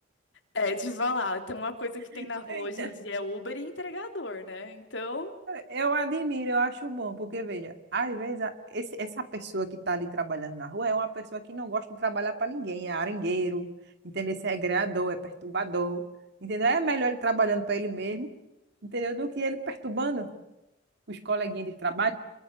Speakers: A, on the left; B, on the right.
A: É, é de falar. Tem uma coisa que tem
B: <laughs>
A: na rua
B: Eita.
A: hoje em dia é Uber e entregador, né? Então,
B: Eu admiro, eu acho bom, porque veja, às vezes a- esse- essa pessoa que está ali trabalhando na rua é uma pessoa que não gosta de trabalhar para ninguém, é arengueiro, entendeu? Se é greador, é perturbador, entendeu? É melhor ele trabalhando para ele mesmo, entendeu? Do que ele perturbando os coleguinhas de trabalho.